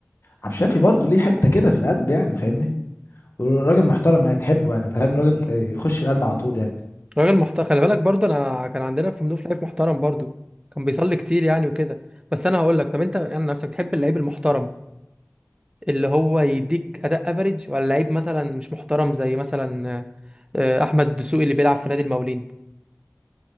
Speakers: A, on the left; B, on the right.
A: عبد الشافي برضو ليه حته كده في القلب يعني فاهمني وراجل محترم يعني تحبه يعني فاهم راجل ت- يخش القلب على طول يعني
B: راجل محترم خلي بالك برضه انا كان عندنا في منوف لعيب محترم برضه كان بيصلي كتير يعني وكده بس انا هقول لك طب انت يعني نفسك تحب اللعيب المحترم اللي هو يديك اداء افريج ولا لعيب مثلا مش محترم زي مثلا آه، احمد دسوقي اللي بيلعب في نادي المقاولين